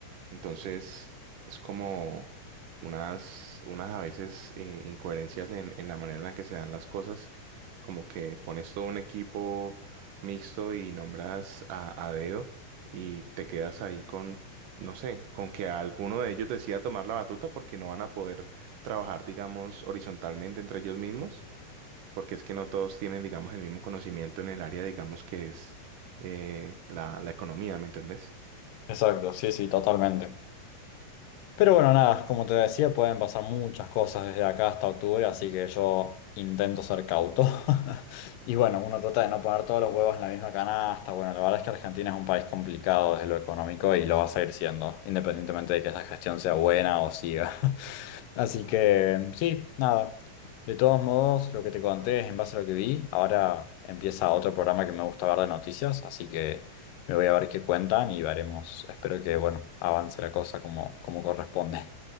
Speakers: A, on the right (about 75°); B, on the left (about 85°).
A: Entonces, es como unas, unas a veces eh, incoherencias en, en la manera en la que se dan las cosas, como que pones todo un equipo mixto y nombras a, a dedo y te quedas ahí con, no sé, con que alguno de ellos decida tomar la batuta porque no van a poder trabajar, digamos, horizontalmente entre ellos mismos, porque es que no todos tienen, digamos, el mismo conocimiento en el área, digamos, que es eh, la, la economía, ¿me entendés?
B: Exacto, sí, sí, totalmente. Pero bueno, nada, como te decía, pueden pasar muchas cosas desde acá hasta octubre, así que yo intento ser cauto. <laughs> Y bueno, uno trata de no poner todos los huevos en la misma canasta. Bueno, la verdad es que Argentina es un país complicado desde lo económico y lo va a seguir siendo, independientemente de que esa gestión sea buena o siga. <laughs> Así que sí, nada. De todos modos, lo que te conté es en base a lo que vi. Ahora empieza otro programa que me gusta ver de noticias, así que... Me voy a ver qué cuentan y veremos. Espero que, bueno, avance la cosa como, como corresponde.